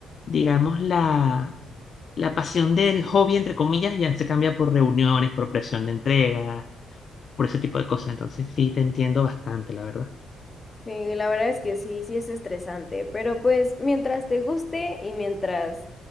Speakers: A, on the left; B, on the left.
A: digamos, la, la pasión del hobby, entre comillas, ya se cambia por reuniones, por presión de entrega, por ese tipo de cosas. Entonces, sí, te entiendo bastante, la verdad.
B: Sí, la verdad es que sí, sí es estresante, pero pues mientras te guste y mientras